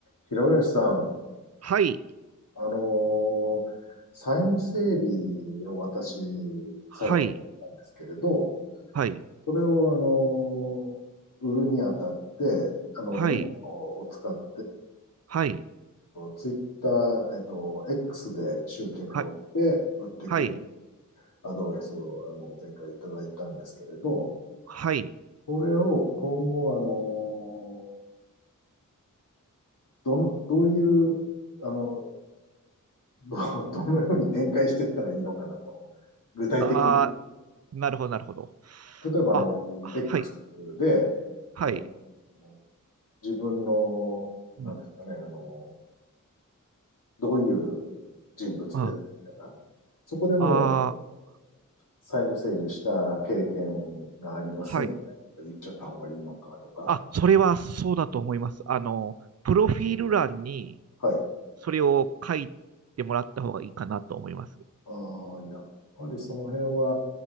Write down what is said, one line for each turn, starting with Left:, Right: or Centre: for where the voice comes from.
Left: 平林さん、
Right: はい、
Left: あのー債務整理を私、
Right: はい、
Left: 最近なんですけれど、
Right: はい、
Left: それを、あのー売るにあたって、あの、
Right: はい、
Left: ノートを使って、
Right: はい、
Left: ツイッター、えっと、X で集客をして、
Right: はい、
Left: 売っていく
Right: はい、
Left: アドバイスを、あの、前回いただいたんですけれど、
Right: はい。
Left: それを今後、あのーどの、どういう、あの、どう <laughs> どのように展開していったらいいのかなと。具体的に。
Right: ああ、なるほど、なるほど。
Left: 例えば、
Right: あ、
Left: あの、
Right: はい、
Left: X で、
Right: はい。
Left: あの自分の、
Right: うん、
Left: なんですかね、あの、どういう人物でみたいな。
Right: あ
Left: そこでもう
Right: あー、
Left: 債務整理した経験がありますみたいな言っちゃった方がいいのかとか。
Right: はい。あ、それはそうだと思います。あの、プロフィール欄に
Left: はい。
Right: それを書いてもらった方がいいかなと思います。
Left: ああ、やっぱりその辺は、